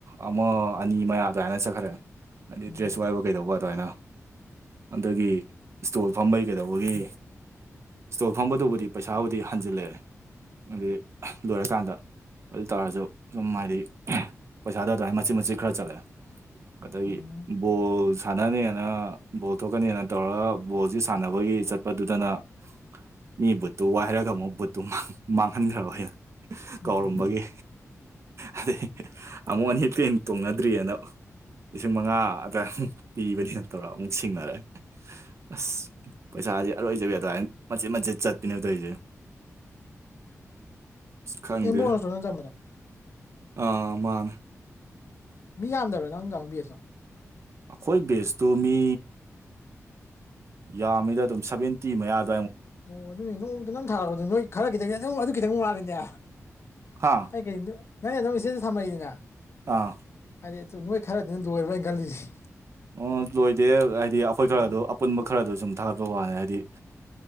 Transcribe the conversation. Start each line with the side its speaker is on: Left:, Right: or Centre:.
Right: ꯑꯃ ꯑꯅꯤ ꯃꯌꯥ ꯑꯗꯨꯃꯥꯏꯅ ꯆꯠꯈ꯭ꯔꯦ ꯑꯗꯩ
Left: ꯎꯝ
Right: ꯗ꯭ꯔꯦꯁ ꯋꯥꯏꯕ ꯀꯩꯗꯧꯕ ꯑꯗꯨꯃꯥꯏꯅ꯫ ꯑꯗꯒꯤ ꯏꯁ꯭ꯇꯣꯜ ꯐꯝꯕꯩ ꯀꯩꯗꯧꯕꯒꯤ꯫ ꯏꯁꯇꯣꯜ ꯐꯝꯕꯗꯨꯕꯨꯗꯤ ꯄꯩꯁꯥꯕꯨꯗꯤ ꯍꯟꯖꯤꯜꯂꯛꯑꯦ ꯑꯗꯨꯗꯤ ꯂꯣꯏꯔꯀꯥꯟꯗ꯫ ꯑꯗꯨꯇꯥꯥꯔꯁꯨ ꯁꯨꯝ ꯍꯥꯏꯗꯤ ꯄꯩꯁꯥꯗꯣ ꯑꯗꯨꯃꯥꯏ ꯃꯆꯤꯠ ꯃꯆꯤ ꯈꯔ ꯆꯠꯂꯛꯑꯦ꯫ ꯑꯗꯒꯤ
Left: ꯎꯝ
Right: ꯕꯣꯜ ꯁꯥꯟꯅꯅꯦꯅ ꯕꯣꯜ꯫ ꯅꯦꯅ ꯇꯧꯔꯒ ꯕꯣꯜꯁꯤ ꯁꯥꯟꯅꯕꯒꯤ ꯆꯠꯄꯗꯨꯗꯅ꯫
Left: <inaudible>
Right: ꯃꯤ ꯕꯨꯠꯇꯨ ꯋꯥꯏꯔꯒ ꯑꯃꯨꯛ ꯕꯨꯠꯇꯨ ꯃꯥꯡꯍꯟꯈ꯭ꯔꯕ
Left: ꯎꯝ
Right: ꯀꯧꯔꯝꯕꯒꯤ꯫ ꯑꯗꯩ ꯑꯃꯨꯛ ꯑꯅꯤ ꯍꯦꯛꯇ ꯇꯣꯡꯅꯗ꯭ꯔꯤꯑꯅ꯫ ꯂꯤꯁꯤꯡ ꯃꯉꯥ ꯑꯗꯨꯋꯥꯏꯃꯨꯛ ꯄꯤꯕꯅꯤꯅꯠꯇꯧꯔ ꯑꯃꯨꯛ ꯁꯤꯡꯅꯔꯦ꯫ ꯑꯁ ꯄꯩꯁꯥꯥꯁꯦ ꯑꯔꯣꯏꯖꯕ ꯑꯗꯨꯥꯏꯅ ꯃꯆꯦꯠ ꯃꯆꯦꯠ ꯆꯠꯇꯅꯦ ꯇꯧꯔꯤꯁꯦ꯫
Left: <inaudible>
Right: ꯈꯪꯗꯦ
Left: ꯑꯦꯝꯕꯣ ꯅꯠꯇ꯭ꯔꯣ ꯅꯪ ꯇꯝꯕꯗꯣ
Right: ꯑꯥ ꯃꯥꯅꯦ꯫
Left: ꯃꯤ ꯌꯥꯝꯗꯕ꯭ꯔꯥ ꯅꯪ <unintelligible> ꯕꯦꯁꯇꯣ꯫
Right: ꯑꯩꯈꯣꯏ ꯕꯦꯁꯇꯨ ꯃꯤ ꯌꯥꯝꯃꯤꯗ ꯑꯗꯨꯝ ꯁꯕꯦꯟꯇꯤ ꯃꯌꯥꯗ
Left: ꯑꯣ ꯑꯗꯨꯅꯦ ꯅꯣꯡꯃꯇꯣ ꯅꯪ ꯊꯥꯔꯛꯄꯗꯣ ꯅꯣꯏ ꯈꯔ ꯈꯤꯇꯪ ꯑꯗꯨꯝ ꯑꯗꯨ ꯈꯤꯇꯪ ꯃꯥꯜꯂꯤꯅꯦ꯫
Right: ꯍꯥ
Left: ꯑꯩ ꯀꯩ ꯅꯣ ꯏꯁꯇꯦꯇꯁ ꯊꯝꯃꯥꯛꯏꯗꯅ꯫
Right: ꯑꯥ
Left: ꯍꯥꯏꯗꯤ ꯑꯗꯨ ꯅꯣꯏ ꯈꯔꯗꯨꯅ ꯂꯣꯏꯔ꯭ꯔ ꯍꯥꯏꯅ ꯈꯜꯂꯤꯁꯦ꯫
Right: ꯑꯣ ꯂꯣꯏꯗꯦ ꯍꯥꯏꯗꯤ ꯑꯩꯈꯣꯏ
Left: ꯑꯥ
Right: ꯈꯔꯗ ꯑꯄꯨꯟꯕ ꯈꯔꯗ ꯁꯨꯝ ꯊꯥꯒꯠꯄ ꯋꯥꯅꯤ ꯍꯥꯏꯗꯤ꯫